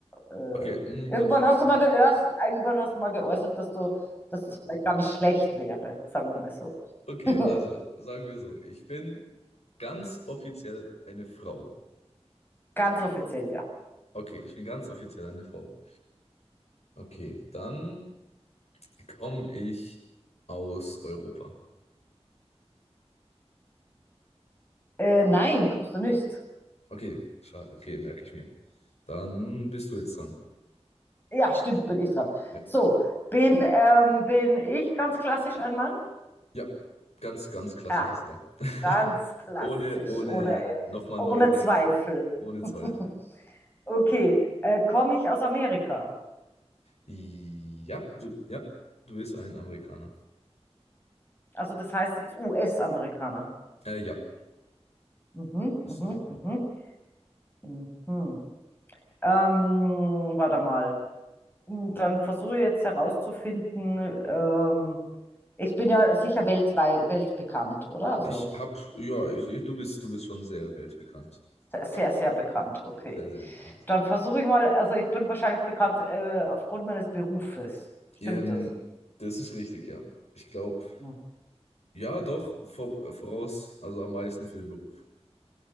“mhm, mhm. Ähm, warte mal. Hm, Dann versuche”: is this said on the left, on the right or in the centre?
Left